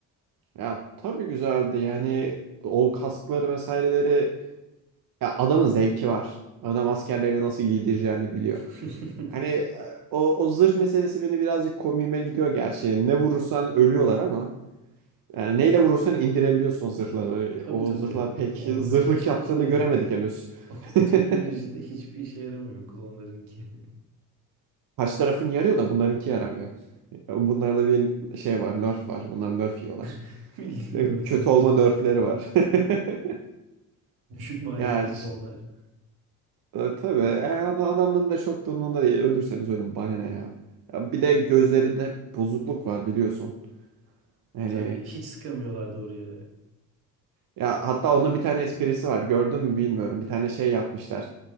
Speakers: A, on the right; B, on the right.
A: Ya tabii güzeldi yani o kaskları vesaireleri Ya adamın zevki var. Adam askerlerini nasıl giydireceğini biliyor.
B: <laughs>
A: Hani e, o, o zırh meselesi beni birazcık komiğime gidiyor gerçi. Ne vurursan ölüyorlar ama. Yani neyle vurursan indirebiliyorsun zırhları.
B: Tabii
A: O
B: tabii
A: zırhlar pek
B: tabii onların
A: zırhlık
B: hiçbir
A: yaptığını
B: işe yaramıyor.
A: göremedik henüz.
B: <laughs> O, o
A: <laughs>
B: teknolojide hiçbir işe yaramıyor klonlarınki.
A: Kaç tarafın yarıyor da bunlarınki yaramıyor. E, Bunlarda bir şey var, nerf var. Bunlar nerf yiyorlar.
B: <laughs> Bildiğin
A: E,
B: nerf
A: Kötü
B: yemişler.
A: olma nerfleri var. <laughs>
B: Düşük maliyetli
A: Ya
B: klonlar.
A: E, tabii e, adam- adamın da çok da umurunda değil. Ölürseniz ölün bana ne ya. Ya Bir de gözlerinde bozukluk var biliyorsun. Hani
B: Tabii hiç sıkamıyorlar doğru yere.
A: ya hatta onun bir tane esprisi var. Gördün mü bilmiyorum. Bir tane şey yapmışlar.